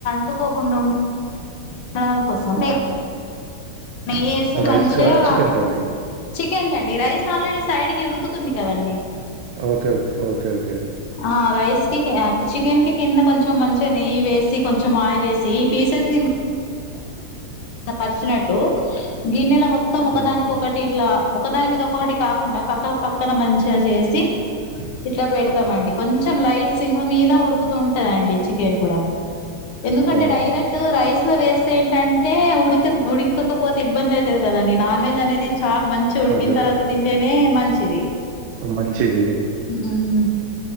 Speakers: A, on the left; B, on the right.
A: <unintelligible> కోసం నెయ్యేసి
B: రైస్
A: మంచిగా
B: కా చికెన్ కండి
A: చికెన్ రైస్ ఆల్రెడీ సైడ్ కి ఉడుకుతుంది కదండి
B: ఓకేే ఓకే ఓకే
A: ఆ రైస్ చికెన్ కి కింద కొంచెం మంచిగా నెయ్యి వేసి కొంచెం ఆయిల్ వేసి ఈ పీసెస్ ని
B: ఓకే <unintelligible>
A: పరిసినట్టు గిన్నెలో మొత్తం ఒకదానికి
B: ఆ,
A: ఒకటి ఇట్లా ఒకదాని మీద ఒకటి కాకుండా పక్క పక్క పక్కన మంచిగా చేసి ఇట్లా పెడతామండి కొంచెం లైట్ సిమ్ మీద ఉడుకుతూంటదండి చికెన్ కూడా ఎందుకంటే
B: ఆ,
A: డైరెక్ట్ రైస్ లో వేస్తే ఏంటంటే ఉడికి ఉడికకపోతే ఇబ్బంది అయితది కదండి నాన్ వెెజ్ అనేది చా మంచి ఉడికిన
B: అదే అదే
A: తర్వాత తింటేనే మంచిది
B: మంచిది
A: మ్మ్